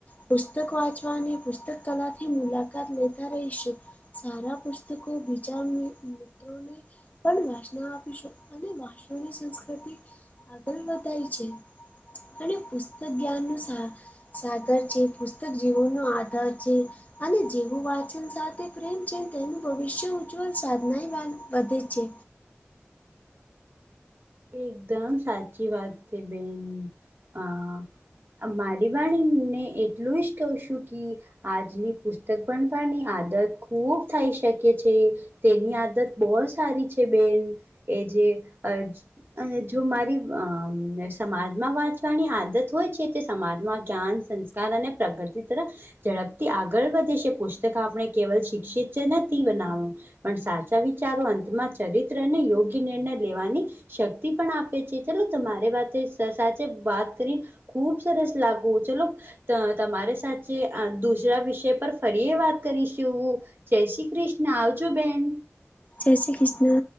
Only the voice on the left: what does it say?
પુસ્તક વાંચવાની પુસ્તક કલાાથી મુલાકાત લેતા રહીશું સારા પુસ્ત તકો બીજા મિ મિત્રોને પણ વાસનાવ આપીશું અને વાસનવની સંસ્કૃતિ આગળ વધાય છે. અને પુસ્તક જ્ઞાનનું સાગ સાગર છે પુસ્તક જીવનનો આધાર છે. અને જેવું વાંચન સાથે પ્રેમ છે તેમ ભવિષ્ય ઉજ્જવળ સાધનાય વાધ વધે છે.
જય શ્રી કૃષ્ણ.